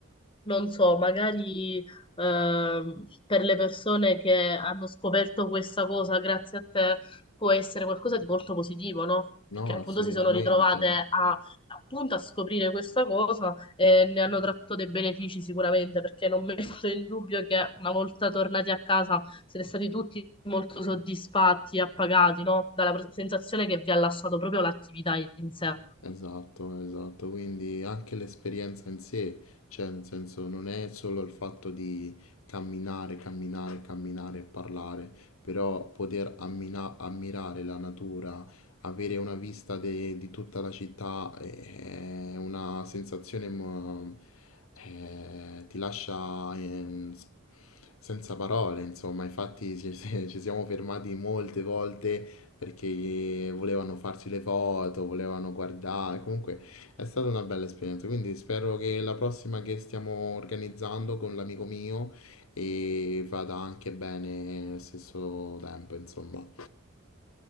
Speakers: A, on the left; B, on the left.
A: non so, magari ehm, per le persone che hanno scoperto questa cosa grazie a te può essere qualcosa di molto positivo, no?
B: no,
A: Perché appunto
B: assolutamente,
A: si sono ritrovate a, appunto a scoprire questa cosa e ne hanno tratto dei benefici sicuramente, perché non metto in dubbio che una volta tornati a casa siete stati tutti molto soddisfatti e appagati, no? Dalla pre- sensazione che vi ha lasciato proprio l'attività in sé.
B: esatto, esatto, quindi anche l'esperienza in sé, cioè nel senso non è solo il fatto di camminare, camminare, camminare e parlare, però poter ammina- ammirare la natura, avere una vista de- di tutta la città è è una sensazione, mo- eh, ti lascia ehm, s- senza parole, insomma, infatti ci <laughs> ci siamo fermati molte volte perché volevano farsi le foto, volevano guardare, comunque è stata una bella esperienza, quindi spero che la prossima che stiamo organizzando con l'amico mio e vada anche bene allo stesso tempo, insomma.